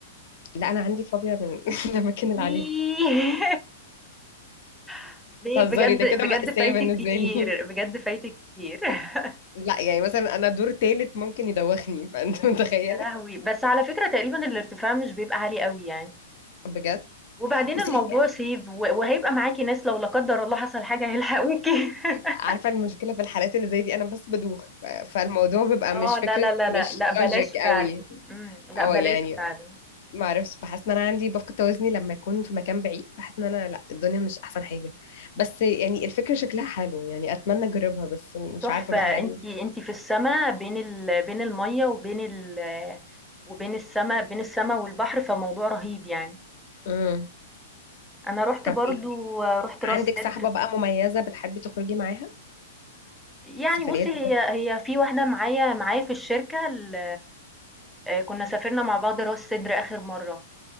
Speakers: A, on the left; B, in the centre.
A: لا انا عندي فوبيا من <laughs> الاماكن اللي
B: إيه!
A: عليها
B: <laughs> ليه
A: تهزري
B: بجد
A: ده كده
B: بجد
A: مأساة
B: فايتِك
A: بالنسبه
B: كتير،
A: لي <laughs>
B: بجد فايتِك كتير. <laughs>
A: لا يعني مثلا انا دور تالت ممكن يدوخني فانت متخيله
B: يا لهوي! بس على فكرة تقريبًا الارتفاع مش بيبقى عالي أوي يعني.
A: بجد
B: وبعدين
A: بصي
B: الموضوع سيف و وهيبقى معاكِ ناس لو لا قدّر الله حصل حاجة هيلحقوكِ. <laughs>
A: عارفة المشكلة في الحالات اللي زي دي أنا بس بدوخ ف- فالموضوع بيبقى
B: آه،
A: مش فكرة
B: لا، لا، لا، لا،
A: مش
B: لأ بلاش
A: لوجيك قوي
B: فعلًا، إمم، لأ
A: اه
B: بلاش
A: يعني
B: فعلًا،
A: ما اعرفش بحس ان انا عندي بفقد توازني لما اكون في مكان بعيد بحس ان انا لا الدنيا مش احسن حاجة بس يعني الفكرة شكلها حلو يعني اتمنى اجربها بس مش
B: تحفة
A: عارفة بقى
B: أنتِ
A: هل
B: أنتِ في السما بين ال بين المَيّة وبين ال وبين السما بين السما والبحر، فالموضوع رهيب يعني.
A: امم
B: أنا رُحت
A: طب
B: برضه
A: ايه
B: رُحت
A: عندك
B: راس
A: صاحبة
B: سدر،
A: بقى مميزة بتحبي تخرجي معاها
B: يعني
A: سفريات
B: بُصّي هي
A: وكده؟
B: هي في واحدة معايا معايا في الشركة ال آآ، كنا سافرنا مع بعض راس سدر آخر مرّة.